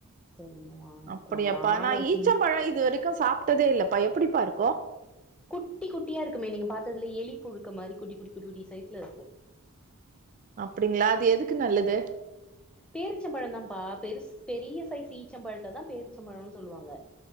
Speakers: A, in the centre; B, on the right (about 35°).
A: சரின்னு வாங்கல
B: அப்படியாப்பா
A: ரொம்ப நாளாச்சு
B: நா ஈச்சம்பழோ இது வரிக்கு சாப்ட்டதே இல்லப்பா எப்படிப்பா இருக்கு
A: குட்டி குட்டியா இருக்குமே நீங்க பாத்ததுல்ல எலி புழுக்க மாரி குட்டி குட்டி குட்டி குட்டி சைஸ்ல இருக்கு
B: அப்புடிங்களா அது எதுக்கு நல்லது
A: பேரிச்சம்பழந் தான்ப்பா பெருசு பெரிய சைஸ் ஈச்சம்பழத்த தா பேரிச்சம்பழோன் சொல்லுவாங்க